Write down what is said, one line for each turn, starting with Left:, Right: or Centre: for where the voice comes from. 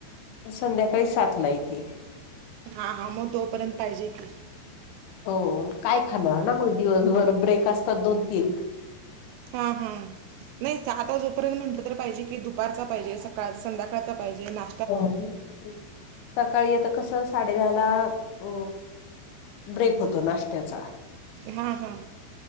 Left: म संध्याकाळी सात ला येते
Right: हा हा मग तोपर्यंत पाहिजे की
Left: हो काय खाल ना मग दिवसभर ब्रेक असतात दोन तीन
Right: हा हा नाही सात वाजेपर्यंत म्हंटलं तर पाहिजे की दु उारचा पाहिजे सकाळ संध्याकाळचा पाहिजे ना
Left: हो सकाळी आता कस साडे दहा ला अ ब्रेक होतो नाशत्याचा
Right: हा हां